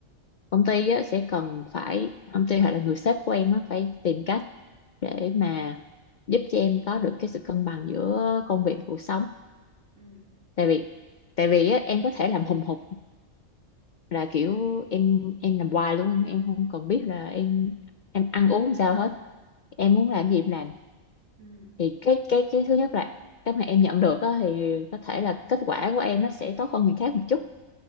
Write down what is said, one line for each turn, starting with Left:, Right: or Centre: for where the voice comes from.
Left: công ty á, sẽ cần phải công ty hoặc là người sếp của em á, phải tìm cách để mà giúp cho em có được cái sự cân bằng giữa công việc và cuộc sống
Right: Ừ.
Left: tại vì tại vì á, em có thể làm hùng hục là kiểu em em làm hoài luôn em không cần biết là em em ăn uống sao hết em
Right: Ừ.
Left: muốn làm gì em làm
Right: Ừ.
Left: thì cái cái cái thứ nhất là cái mà em nhận được á, thì có thể là kết quả của em nó sẽ tốt hơn người khác một chút